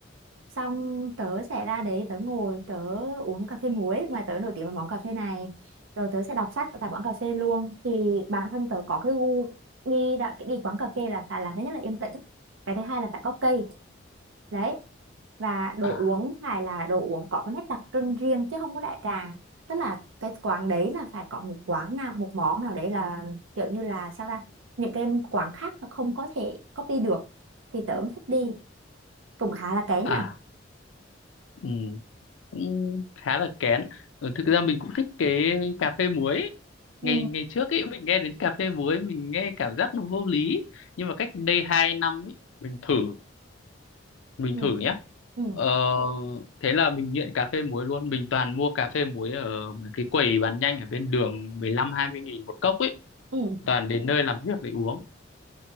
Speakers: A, on the right (about 85°); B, on the left (about 75°).
A: xong tớ sẽ ra đấy tớ ngồi tớ uống cà phê muối mà tớ nổi tiếng với món cà phê này rồi tớ sẽ đọc sách tại quán cà phê luôn thì bản thân tớ có cái gu đi đã, đi quán cà phê là phải là thứ nhất là yên tĩnh cái thứ hai là phải có cây đấy và đồ
B: à,
A: uống phải là đồ uống có cái nét đặc trưng riêng chứ không có đại trà tức là cái quán đấy là phải có một quán nào một món nào đấy là kiểu như là sao ta những cái quán khác nó không có thể copy được thì tớ mới thích đi cũng khá là kén
B: à,
A: nhở
B: ừ. cũng khá là kén ừ, thực ra mình cũng thích cái cà phê muối ấy.
A: ừ
B: ngày ngày trước ấy mình nghe đến cà phê muối mình nghe cảm giác nó vô lý nhưng mà cách đây hai năm ấy mình thử mình
A: ừ
B: thử nhé
A: ừ
B: ờ, thế là mình nghiện cà phê muối luôn mình toàn mua cà phê muối ở mấy cái quầy bán nhanh ở bên đường 15 20 nghìn một cốc ấy
A: ừ
B: toàn đến nơi làm việc để uống